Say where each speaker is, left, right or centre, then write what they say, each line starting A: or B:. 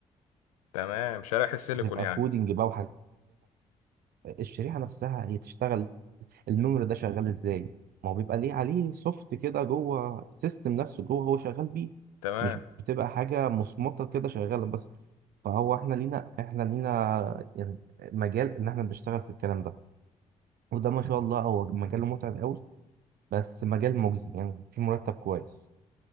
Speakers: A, on the left; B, on the right.
A: تمام شرايح السيليكون
B: بتبقى
A: يعني
B: كودينج بقى وحاجات الشريحه نفسها هي تشتغل الميموري ده شغال ازاي ما هو بيبقى ليه عليه سوفت كده جوه السيستم نفسه جوه هو شغال بيه
A: تمام
B: مش بتبقى حاجه مصمطه كده شغاله بس فهو احنا لينا احنا لينا يعني مجال ان احنا بنشتغل في الكلام ده وده ما شاء الله هو مجال متعب قوي بس مجال مجزي يعني في مرتب كويس